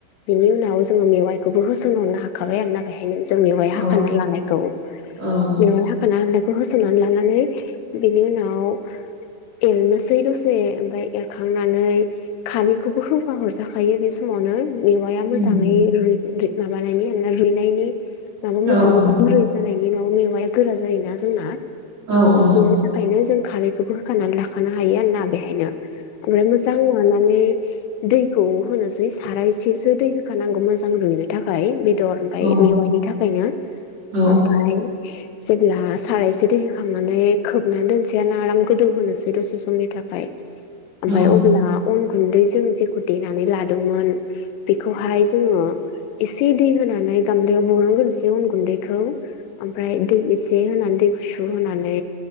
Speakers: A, on the left; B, on the right.
A: बिनि उनाव जोंङो मेवाइखौबो होसनहरनो हाखाबाय आरोना बेहायनो। जों मेवयाइ
B: औ
A: हाखाना लानायखौ मेवयाइ
B: औ
A: हाखा लानाय खौ होसननानै लानानै बेनि उनाव एरनोसै दसे ओमफ्राय एरखांनानै खारैखौबो होफा हर जाखायो बे समावनो मेवाया
B: उम
A: मोजांङै रुइ रुइ माबानायनि रुइनायनि माने
B: औ
A: मोजांङै
B: औ
A: गुरै जानायनि न'नि मेवाया गोरा जायोना जोंना।
B: औ औ
A: बेनि थाखायनो जों खारैखौबो होखानानै लाखानो हायो आरोना बेहायनो। ओमफ्राय मोजां लानानै दै खौ होनोसै साराइसेसो दै होखानांगौ मोजां रुइनो थाखाय बेदर ओमफ्राय
B: औ
A: मेवाइनि थाखायनो
B: औ
A: ओमफाय। जेब्ला सारायसे दै होखांनानै खोबना दोनसै आराम गोदौ होनोनोसै दसे समनि थाखाय। ओमफ्राय
B: औ
A: अब्ला अन गुन्दै जों जेखौ देनानै लादोंमोन। बेखौहाय जोङो एसे दै होनानै गामलायाव बरनग्रोसै अन गुन्दैखौ। ओमफ्राय दै एसे होना। दै गुसु होनानै